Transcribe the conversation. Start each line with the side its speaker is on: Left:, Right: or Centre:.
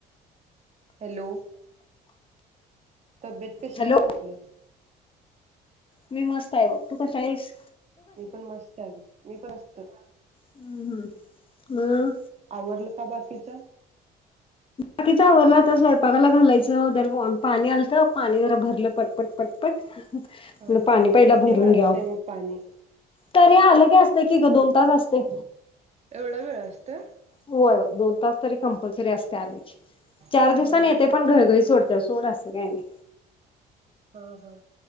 Right: हॅलो तब्येत कशी
Left: हॅलो
Right: आहे म्हटलं?
Left: मी मस्त आहे बघ तु कशी आहेस
Right: मी पण मस्त आहे मी पण अस तर
Left: हम्म हम्म
Right: आवरलं का बाकीच.
Left: बाकीच आवरल आता स्वैपाकाला लागायचं दर भोन पाणी आलत पाणी जरा भरलं पटपट पटपट
Right: हा
Left: पाणी
Right: हा.
Left: पहील
Right: किती
Left: भरून
Right: वेळ
Left: घ्याव
Right: असतय मग पाणी?
Left: त मी आलं बी असत की ग दोन आताच असते.
Right: एवढा वेळ असतय?
Left: होय दोन तास तरी कंपल्सरी अस चार
Right: हा
Left: दिवसानी येते
Right: हा
Left: पण घरोघरी सोडत सोड असतं काय नाही.
Right: हा हा.